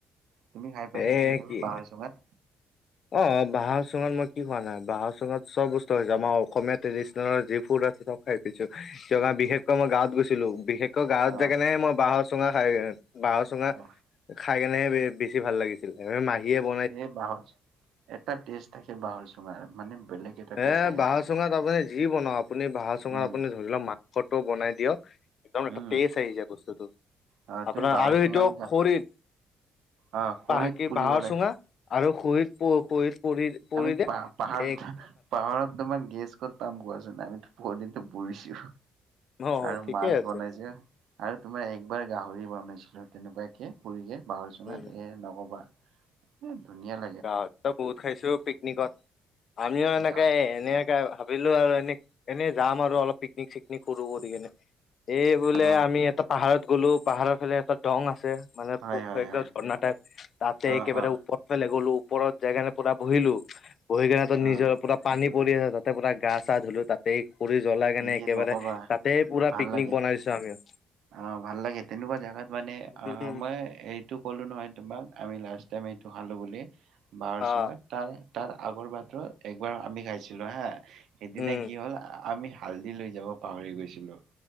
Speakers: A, on the right; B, on the left.
A: তুমি খাই পাইছা
B: এ
A: নে কেতিয়াবা
B: কি
A: বাঁহৰ চুঙাত?
B: অ অ বাঁহৰ চুঙাত মই কি খোৱা নাই, বাঁহৰ চুঙাত চব বস্তু খাইছো আমাৰ অসমীয়া ট্ৰেডিচনেল যি ফুড আছে চব খাই পিছো কাৰণ বিশেষকৈ মই গাঁৱত গৈছিলো বিশেষ ক গাঁৱত
A: অহ
B: যায় কেনেহে মই বাঁহৰ চুঙা খাই, বাঁহৰ চুঙা
A: অহ
B: খাই কেনেহে বে বেছি ভাল লাগিছ এ মাহীয়ে ব
A: এই বাহৰ এটা টেষ্ট থাকে, বাঁহৰ চুঙাৰ মানে বেলেগ এটা
B: এ
A: টেষ্ট আহে
B: বাহঁৰ চুঙাত আপুনি যি বনাক আপুনি বাঁহাৰ চুঙাত
A: উম
B: আপুনি ধৰি লওক মাংসটো বনাই দিয়ক। একদম এটা
A: উম
B: টেষ্ট আহিছে বস্তুটো,
A: অ
B: আপোনাৰ
A: তুমি বাঁহৰ
B: আৰু
A: চুঙাত
B: যিটো খৰিত
A: অ খৰিত
B: বাকীৰ
A: পুৰিব
B: বাঁহৰ
A: লাগে
B: চুঙা আৰু খৰিত প পুৰিচ পুৰি পুৰিলে
A: আমি পা পাহাৰত
B: এক
A: পাহাৰত তোমাৰ গেছ ক'ত পাম কোৱাচোন আমিতো বহুত দিনো পৰিছো।
B: অ
A: আৰু
B: ঠিকে
A: মাছ
B: আছে
A: বনাইছে। আৰু তোমাৰ একবাৰ গাঁহৰি বনাইছিলো তেনেকুৱাকে পুৰিকে বাঁহৰ চুঙাত
B: উম
A: এ নকবা এ ধুনীয়াল
B: গাঁৱততো বহুত খাইছো পিকনিকত আমিও এনেকে
A: গা
B: এনেকে ভাবিলো আৰু এনে এনে যাম আৰু অলপ পিকনিক - চিকনিক কৰো বুলি কেনে এই বোলে
A: অ
B: আমি এটা পাহাৰত গ'লো পাহাৰৰ ফালে এটা দং আছে মানে
A: হয়
B: ব
A: হয়
B: একটা
A: হয়
B: ঝৰ্ণা টাইপ তাতে
A: অ
B: কেইবাটাও
A: অ
B: ওপৰফালে গ'লো। ওপৰত যাই কেনে পুৰা বহিলো, বহি কেনে তাত নিজৰ
A: অ
B: পুৰা পানী পৰি আছে তাতে পুৰা গা চা ধুলো তাত তেই খৰী জ্বলাই কেনে
A: এই
B: একেবাৰে
A: নকবা
B: তাতে পুৰা
A: ভাল
B: পিকনিক
A: লাগে
B: বনাই দিছো আমিও।
A: অ ভাল লাগে তেনেকুৱা জাগাত মানে অ
B: উম
A: মই এই টো ক'লো নহয় তোমাক আমি লাষ্ট টাইম এইটো খালো বুলি বাঁহৰ
B: অ
A: চুঙাত তাৰ তাৰ আগৰ বাৰতোৰ একবাৰ আমি খাইছিলো হা সেইদিনা
B: উম
A: কি হ'ল আমি হালধি লৈ যাব পাহৰি গৈছিলো,